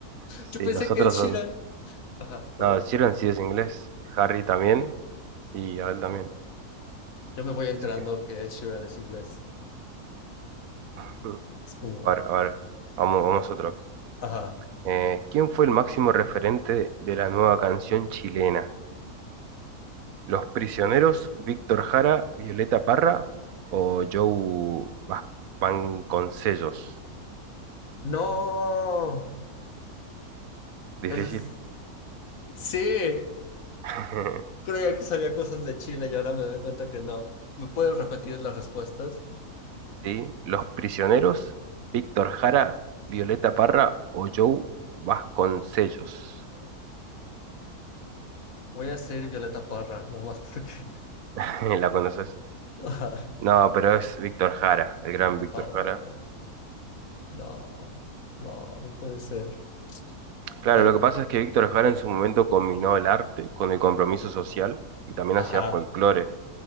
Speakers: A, on the right; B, on the left.
A: Sí,
B: Yo pensé
A: los otros
B: que es
A: son.
B: Sheeran. Ajá, pero
A: No, Sheeran sí es inglés. Harry también. Y Adele también.
B: yo me voy enterando
A: Así que.
B: que Ed Sheeran es inglés.
A: <laughs>
B: Es como,
A: A ver, a ver. Vamos, vamos a otro.
B: ajá.
A: Eh, ¿quién fue el máximo referente de la nueva canción chilena? ¿Los Prisioneros, Víctor Jara, Violeta Parra o Joe Vas- Vasconcellos?
B: No.
A: Difícil.
B: <laughs> Sí,
A: <laughs>
B: creía que sabía cosas de China y ahora me doy cuenta que no. ¿Me puedes repetir las respuestas?
A: Sí, Los Prisioneros, Víctor Jara, Violeta Parra o Joe Vasconcellos.
B: Voy a ser Violeta Parra, nomás porque.
A: <laughs> ¿La conoces?
B: <laughs> Ajá.
A: No, pero es Víctor Jara, el gran Víctor
B: Oh,
A: Jara.
B: no, no, no puede ser.
A: Claro,
B: Espera,
A: lo que pasa
B: eh.
A: es que Víctor Jara en su momento combinó el arte con el compromiso social y también
B: Ajá.
A: hacía folclore.